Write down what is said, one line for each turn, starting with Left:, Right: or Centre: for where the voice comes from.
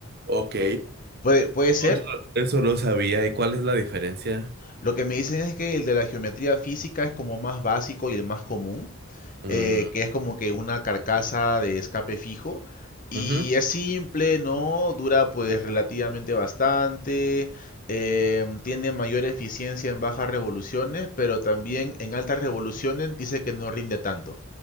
Right: Ok,
Left: Puede, puede ser.
Right: Eso, eso lo sabía. ¿Y cuál es la diferencia?
Left: Lo que me dicen es que el de la geometría física es como más básico y el más común,
Right: Mm,
Left: eh, que es como que una carcasa de escape fijo. Y
Right: ujú.
Left: es simple, ¿no? Dura pues relativamente bastante. eh, tiene mayor eficiencia en bajas revoluciones, pero también en altas revoluciones dice que no rinde tanto.